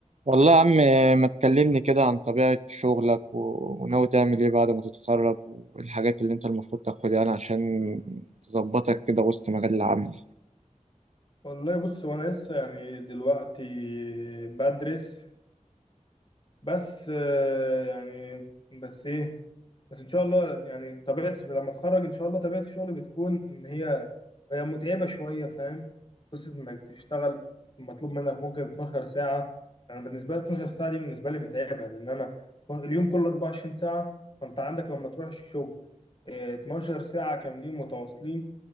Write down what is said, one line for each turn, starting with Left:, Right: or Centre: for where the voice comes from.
Right: والله يا عم ما تكلمني كده عن طبيعة شغلك و- وناوي تعمل ايه بعد ما تتخرج والحاجات اللي انت المفروض تاخدها يعني عشان تظبطك كده وسط مجال العمل
Left: والله بص وانا لسه يعني دلوقتي بدرس بس آه، يعني بس ايه بس ان شاء الله يعني طبيعه لما اتخرج ان شاء الله طبيعه الشغل بتكون ان هي هي متعبه شويه فاهم قصه انك تشتغل مطلوب منك ممكن 12 ساعه انا يعني بالنسبه لي 12 ساعه دي بالنسبه لي متعبه لان انا اليوم كله 24 ساعه فانت عندك لما تروح الشغل آه، 12 ساعه كاملين متواصلين